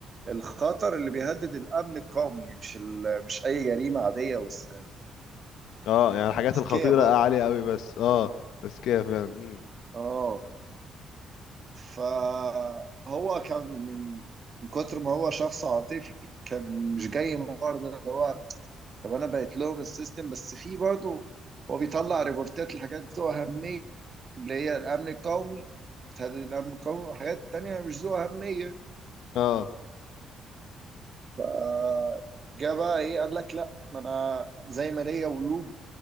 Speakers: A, on the right; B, on the left.
A: الخطر اللي بيهدد الامن القومي مش ال... مش اي جريمه عاديه بس
B: اه يعني الحاجات الخطيرة
A: ذكيه برضه
B: عالية قوي بس اه بس كده فعلا مم.
A: اه فهو كان من من كتر ما هو شخص عاطفي كان مش جاي من برضه اللي هو طب انا بقيت لهم السيستم بس في برضه هو بيطلع ريبورتات لحاجات ذو اهميه اللي هي الامن القومي تهدد الامن القومي وحاجات تانية مش ذو اهميه
B: اه
A: فجاء بقى ايه قال لك لا ما انا زي ما ليا ولوج